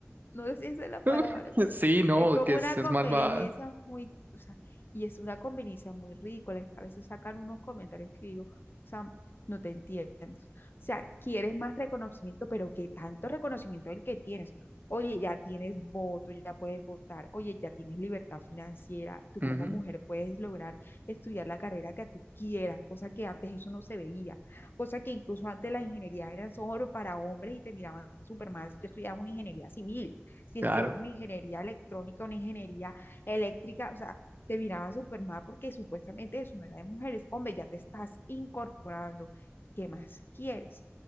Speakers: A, on the left (about 55°); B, on the right (about 45°).
A: no sé si esa es la
B: <laughs>
A: palabra, pero
B: Sí, no,
A: es como
B: que
A: una
B: es, es
A: conveniencia
B: malvada.
A: muy, o sea, y es una conveniencia muy ridícula. es que A veces sacan unos comentarios que digo, o sea, no te entiendo. O sea, quieres más reconocimiento, pero ¿qué tanto reconocimiento es el que tienes? Oye, ya tienes voto, ya puedes votar. Oye, ya tienes libertad financiera. Tú
B: Ujú,
A: como mujer puedes lograr estudiar la carrera que tú quieras, cosa que antes eso no se veía cosa que incluso antes la ingeniería era solo para hombres y te miraban súper mal si tú estudiabas una ingeniería civil si
B: Claro,
A: estudiabas una ingeniería electrónica, una ingeniería eléctrica, o sea, te miraban súper mal porque supuestamente eso no era de mujeres. Hombre, ya te estás incorporando. ¿Qué más quieres?